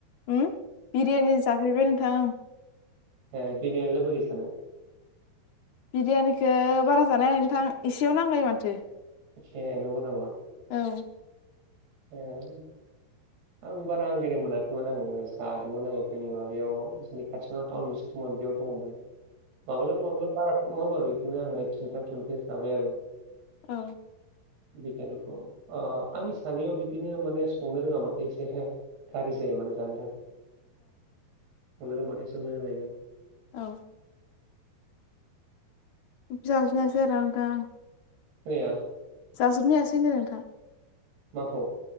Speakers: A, on the left (about 90°); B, on the right (about 75°).
A: उम बिरियानि जाफैबाय नोंथांं ओं
B: ओ बिरियानिया बोरै जानो?
A: बिरियानिखो बारा जानो हाया नोंथां एसेयावनो आंगायो माथो।
B: हे नंगौ नामा?
A: औ
B: ओं आं बारा आंगायनाय मोनाखैमोन आं जादोंमोन आं जोंनि माबायाव जोंनि खाथियावनो टाउन मोनसे दमोन बेयाव दङ मोन। माब्ला माब्ला बाराथ नङा बारु इदिनो आङो खेनथाम खेनब्रै जाबाय आरो
A: औ
B: बिगियानिखौ ओ आंनि सानैयाव बिदिनो माने संनो रोङाबाथाय एसे हे गाज्रि जायो माने जानो था ओमफ्राय रोंबाथायसो मोजां जायो
A: औ जाजोबनो हायासै
B: <unintelligible>
A: जाजोबनो हायासै होनदो नोंथां।
B: माखौ?